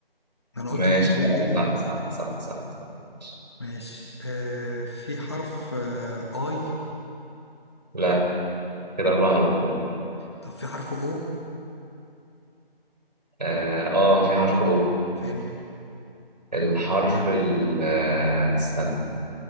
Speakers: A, on the left (about 25°); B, on the right (about 45°).
A: انا
B: ماشي
A: قلت الار والاي
B: آه، صح صح صح صح صح ماشي.
A: ماشي آه في حرف آه اي
B: لا كده اربع غلطات
A: طب في حرف او
B: اه آه، في حرف او
A: فين
B: الحرف ال آه، استنى